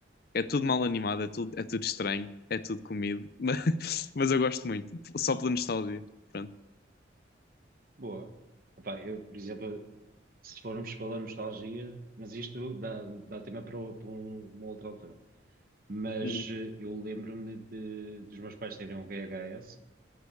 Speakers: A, on the left; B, on the right.
A: É tudo mal animado, é tudo, é tudo estranho, é tudo comido, <laughs> mas, mas eu gosto muito, só pela nostalgia. Pronto.
B: boa. Epá, eu, por exemplo, se formos pela nostalgia, mas isto dá, dá tema para, o- para um- uma outra altura. Mas
A: Uhum,
B: eh, eu lembro-me de, dos meus pais terem um VHS